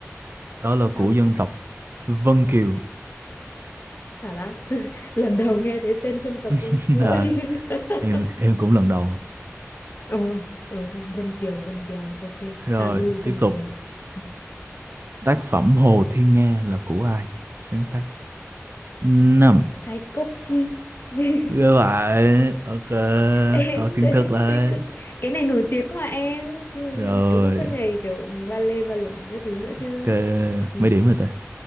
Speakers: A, on the right; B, on the left.
A: đó là
B: <laughs> Chăm
A: của dân tộc Vân Kiều
B: thả ra <laughs> lần đầu nghe thấy tên dân tộc
A: <laughs>
B: luôn xin
A: Ờ,
B: lỗi <laughs>
A: em em cũng lần đầu
B: ôi ừ, thôi Vân Kiều Vân Kiều ok
A: rồi
B: Talu
A: tiếp
B: Vân
A: tục
B: Kiều Ừ.
A: tác phẩm Hồ Thiên Nga là của ai sáng tác năm
B: Tchaikovsky <laughs>
A: như vậy ok
B: Ê,
A: có kiến
B: Tchai-
A: thức đấy
B: Tchaikovsky cái này nổi tiếng mà em Cứ-
A: rồi
B: cũng suốt ngày kiểu ba lê ba lủng cái thứ nữa
A: ok
B: chứ ừ.
A: mấy điểm rồi ta